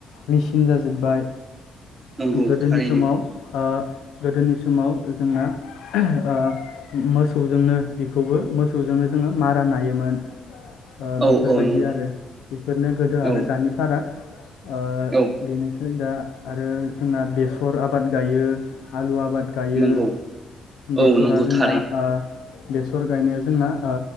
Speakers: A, on the left (about 85°); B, on the right (about 30°).
A: मेसिन जाजोब बाय।
B: नंगौ
A: गोदोनि
B: थारैनो
A: समाव ओ गोदोनि समाव जोंना ओ मोसौजोंनो बेखौबो मोसौजोंनो जोङो मारा नायोमोन। ओ
B: औ
A: बेफोर
B: औ
A: बायदि
B: नंगौ
A: आरो बेफोरनो गोदो
B: औ
A: आरो दानि फाराग। ओ
B: औ
A: बेनोसै दा आरो जोंना बेसर आबाद गायो आलु आबाद गायो
B: नंगौ औ
A: बेसरा
B: नंगौ
A: जोंना
B: थारैनो
A: ओ बेसर गायनाया जोंना ओ